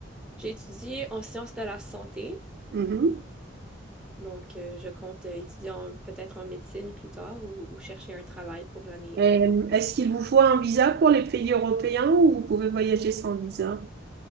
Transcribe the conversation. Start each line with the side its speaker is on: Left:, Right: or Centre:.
Centre: J'ai étudié en sciences de la santé,
Right: Mhm.
Centre: donc euh, je compte euh, étudier en- peut-être en médecine plus tard ou, ou chercher un travail pour l'année.
Right: Euh,
Centre: pour-
Right: est-ce qu'il vous faut un visa pour les pays européens ou vous pouvez voyager sans visa?